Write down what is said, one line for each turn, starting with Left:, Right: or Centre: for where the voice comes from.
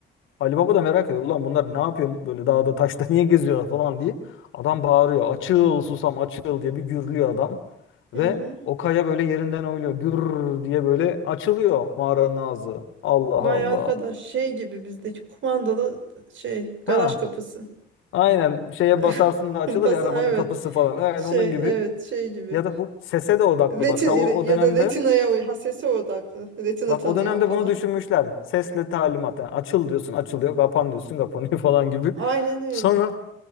Left: Ali Baba da merak ediyor. Ulan bunlar ne yapıyor böyle dağda taşta <laughs> niye geziyorlar falan diye. Adam bağırıyor. Açıl susam açıl diye bir gürlüyor adam.
Right: Hı
Left: Ve
Right: hı.
Left: o kaya böyle yerinden oynuyor. Gür diye böyle açılıyor mağaranın ağzı. Allah
Right: Vay
Left: Allah.
Right: arkadaş şey gibi bizdeki kumandalı şey garaj
Left: Ha,
Right: kapısı.
Left: aynen şeye
Right: <laughs>
Left: basarsın da açılır
Right: Bas
Left: ya
Right: evet.
Left: arabanın kapısı falan. Yani
Right: Şey
Left: onun
Right: evet
Left: gibi.
Right: şey gibi.
Left: Ya da bu sese de odaklı
Right: Retin
Left: bak. Ta o, o
Right: ya
Left: dönemde
Right: da retinaya uy ha sese odaklı. Retina
Left: bak
Right: tanıyan
Left: o dönemde
Right: falan.
Left: bunu düşünmüşler. Sesle talimat. Yani açıl diyorsun açılıyor. Kapan diyorsun kapanıyor <laughs> falan gibi.
Right: Aynen öyle.
Left: Sonra